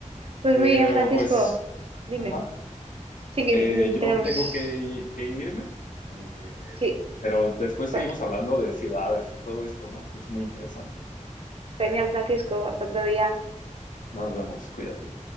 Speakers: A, on the right; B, on the left.
A: Pues
B: Pero
A: muy bien, Francisco,
B: pues,
A: dime.
B: ajá,
A: Sí que
B: eh,
A: mm,
B: yo
A: tenemos...
B: tengo que, que irme, eh,
A: Sí,
B: pero después seguimos
A: co-
B: hablando de ciudades y todo esto, ¿no? Que es muy interesante.
A: genial, Francisco, hasta otro día.
B: Nos vemos, cuídate.